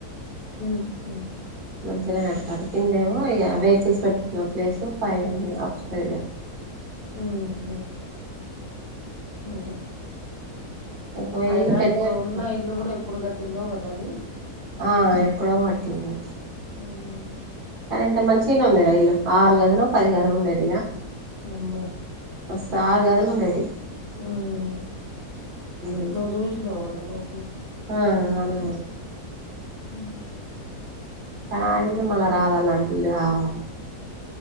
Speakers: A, on the right; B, on the right.
A: హ్మ్మ్
B: మంచిగా కడతారు కిందేమో ఇక వెహికల్స్ పెట్టుకున్న ప్లేస్ పైన అప్స్ పె
A: హ్మ్మ్ అదే
B: ఒక
A: అయినా
B: ఇల్లు పెద్దగా
A: ఇప్పుడు
B: కట్టారు.
A: ఉన్న ఇల్లు కూడా ఏప్పుడు కట్టిందో గదా అది
B: ఆ ఎప్పుడో గట్టింది
A: హ్మ్మ్
B: సరే ఎంత మంచి ఉందిరా ఇల్లు ఆరు గదులు పది గదులు ఉండేటిగా
A: అమ్మో!
B: బస్ ఆరు గదులు ఉండేటి
A: హ్మ్మ్
B: ఇల్లు
A: నువు చూసినావు కదా లోపల
B: ఆ అరు
A: హమ్
B: కానీ ఇల్లు మళ్ళా రాదు అలాంటి ఇల్లు రావాల.